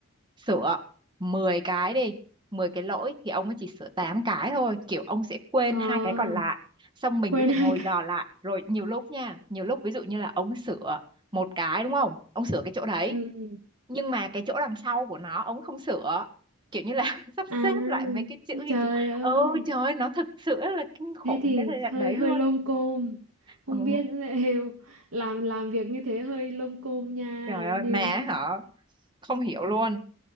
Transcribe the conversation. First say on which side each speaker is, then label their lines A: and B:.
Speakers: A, on the right; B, on the right.
A: sửa 10 cái đi 10 cái lỗi thì ông ấy chỉ sửa 8 cái thôi kiểu ông sẽ quên
B: ờ
A: hai cái còn lại xong mình
B: quên
A: sẽ phải
B: hai
A: ngồi
B: cái
A: dò lại rồi nhiều lúc nha nhiều lúc ví dụ như là ông sửa một cái đúng không ông sửa cái chỗ đấy
B: ừ ừ.
A: nhưng mà cái chỗ đằng sau của nó ông không sửa kiểu như là <laughs> sắp
B: à
A: xếp lại mấy cái chữ ghi
B: trời
A: chú
B: ơi
A: ôi trời ơi, nó thực sự là kinh khủng
B: thế thì
A: cái thời gian
B: hơi
A: đấy
B: hơi
A: luôn
B: lông côm không
A: ừ.
B: biết <laughs> liệu làm làm việc như thế hơi lông côm nha
A: trời ơi
B: như
A: mẹ hả không hiểu luôn